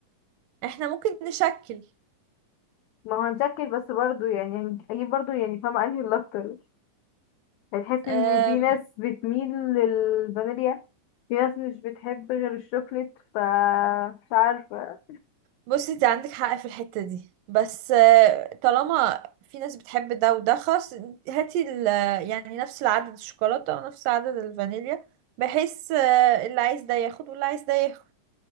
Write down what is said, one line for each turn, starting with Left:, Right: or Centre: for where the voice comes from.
Right: احنا ممكن نشكل
Left: ما هو هنشكل بس برضو يعني هن- اجيب برضو يعني فاهمة انهي الاكتر هتحسي
Right: أم...
Left: ان في ناس بتميل للفانيليا في ناس مش بتحب غير الشوكليت ف مش عارفة
Right: بصي انت عندك حق في الحتة دي بس آه، طالما في ناس بتحب ده وده خلاص هاتي ال- يعني نفس العدد الشوكولاتة ونفس عدد الفانيليا بحيث آه، اللي عايز ده ياخد واللي عايز ده ياخد